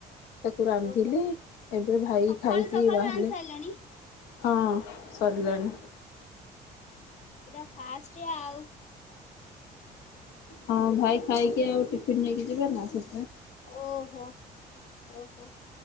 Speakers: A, on the left; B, on the left.
A: ତାକୁ ରାନ୍ଧିଲି
B: ଓହୋ
A: ଏବେ ଭାଇ
B: ସକାଳୁ
A: ଖାଇକି
B: ସକାଳୁ
A: ବାହାରିଲେ
B: ରାନ୍ଧି ସାରିଲଣି
A: ହଁ ସରିଲାଣି।
B: ପୁରା ଫାଷ୍ଟ ଆଉ।
A: ହଁ ଭାଇ ଖାଇକି ଆଉ ଟିଫିିନ ନେଇକି ଯିବେ ନା ସେ
B: ଓହୋ ଓହୋ